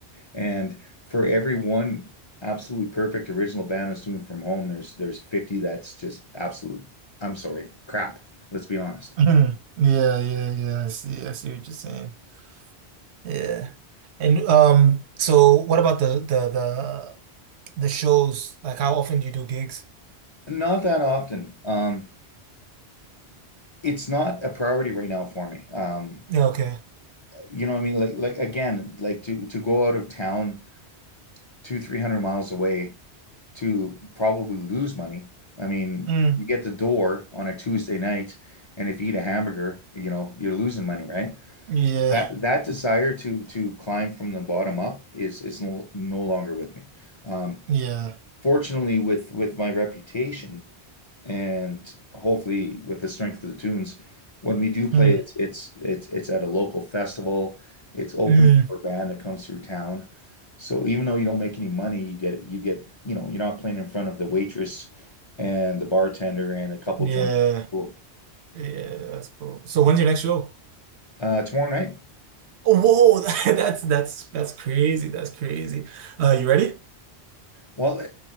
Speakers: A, on the left; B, on the right.
A: And for every one absolutely perfect original Banassoon from home, there's there's 50 that's just absolute, I'm sorry, crap. Let's be honest.
B: Mm. Yeah, yeah, yeah. I see. I see what you're saying. Yeah. And um, so what about the the the the shows? Like how often do you do gigs?
A: Not that often. Um, it's not a priority right now for me. Um,
B: Yeah, Okay.
A: you know what I mean? Like like again, like to to go out of town two, three hundred miles away to probably lose money. I mean,
B: Mm.
A: you get the door on a Tuesday night, and if you eat a hamburger, you know, you're losing money, right?
B: Yeah.
A: That that desire to to climb from the bottom up is is no no longer with me. Um,
B: Yeah.
A: fortunately, with with my reputation, and hopefully, with the strength of the tunes, when we do play,
B: Mm.
A: it's it's it's it's at a local festival. It's opening
B: Mm.
A: for a band that comes through town. So even though you don't make any money, you get you get you know you're not playing in front of the waitress and the bartender and a couple
B: Yeah.
A: drunk people.
B: Yeah, that's cool. So when's your next show?
A: Uh, tomorrow night.
B: Oh, whoa, <laughs> that, that's that's that's crazy. That's crazy. Uh, you ready?
A: Well,